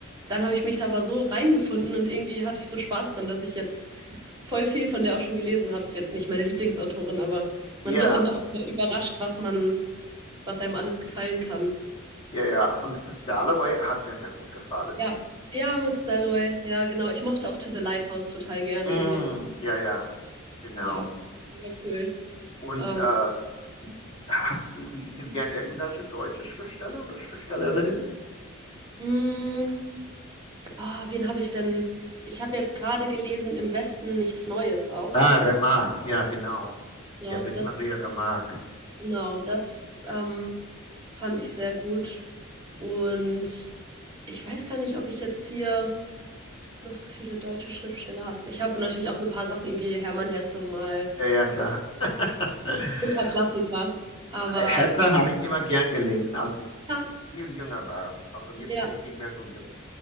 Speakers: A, on the right (about 25°); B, on the left (about 25°).
A: dann habe ich mich da aber so reingefunden und irgendwie hatte ich so Spaß dran, dass ich jetzt voll viel von der auch schon gelesen habe. Ist jetzt nicht meine Lieblingsautorin, aber man
B: Ja,
A: wird dann doch über- überrascht, was man, was einem alles gefallen kann.
B: ja, ja. Also Mrs. Dalloway hat mir sehr gut gefallen.
A: Ja, ja, Miss Dalloway. Ja, genau. Ich mochte auch To the Lighthouse total gern
B: Mm,
A: irgendwie.
B: ja, ja, genau.
A: Ja, der war cool.
B: Und
A: Ähm,
B: äh, Hast du, liest du gern irgendwelche deutsche Schriftsteller oder Schriftstellerinnen?
A: mh, ah, wen habe ich denn? Ich habe jetzt gerade gelesen, Im Westen nichts Neues auch.
B: Ah,
A: Das,
B: Remarque,
A: ähm,
B: ja, genau.
A: genau,
B: Erich
A: das,
B: Maria Remarque.
A: genau, das ähm, fand ich sehr gut. Und ich weiß gar nicht, ob ich jetzt hier. noch so viele deutsche Schriftsteller habe. Ich habe natürlich auch so ein paar Sachen, irgendwie Hermann Hesse mal,
B: Ja, ja, klar. <laughs>
A: so ein paar Klassiker. Aber
B: Hesse habe ich immer gern gelesen, als ich
A: ja,
B: viel jünger war. Also jetzt
A: ja,
B: bin ich nicht mehr so jung.